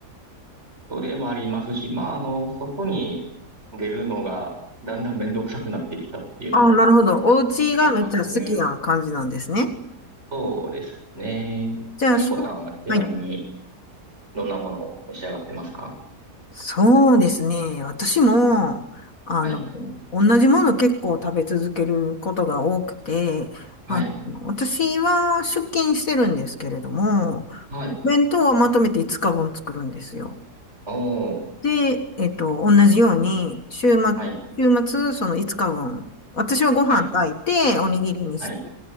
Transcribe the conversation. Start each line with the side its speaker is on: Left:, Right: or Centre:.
Right: それもありますし、まあ、あの、そこに出るのがだんだんめんどくさくなってきたっていうのも
Left: あ、なるほど。お家がめっちゃ好きな感じなんですね。
Right: ありますね。そうですね。
Left: じゃあ、
Right: 邦子さんはちなみに
Left: しょはい。
Right: どんなものを召し上がってますか
Left: そうですね。私も、あの、
Right: はい、
Left: 同じもの結構食べ続けることが多くて、
Right: はい、
Left: あの、私は出勤してるんですけれども、
Right: はい。
Left: お弁当はまとめて5日分作るんですよ。
Right: おー、
Left: で、えっと、同じように、週末、
Right: はい、
Left: 週末、その5日分、私はご飯炊いて、
Right: はい、
Left: おにぎりにして、
Right: はい、